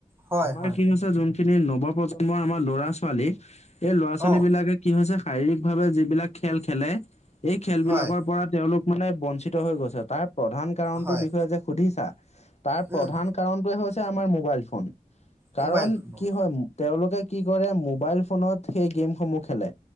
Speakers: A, on the right; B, on the left.
A: হয়
B: আমাৰ
A: হয়
B: কি হৈছে যোন খিনি নৱ প্ৰজন্মৰ আমাৰ ল'ৰা-ছোৱালী সেই ল'ৰা-ছোৱালীবিলাকে
A: অ
B: কি হৈছে শাৰীৰিকভাৱে যিবিলাক খেল খেলে এই খেলবিলাকৰ
A: হয়
B: পৰা তেওঁলোক মানে বঞ্চিত হৈ গৈছে তাৰ প্ৰধান কাৰণটোৰ
A: হয়
B: বিষয়ে যে সুধিছা তাৰ প্ৰধান
A: উম
B: কাৰণটোৱে হৈছে আমাৰ মোবাইল ফোন। কাৰণ
A: মোবাইল ফোন
B: কি হয় তেওঁলোকে কি কৰে মোবাইল ফোনত সেই গেমসমূহ খেলে।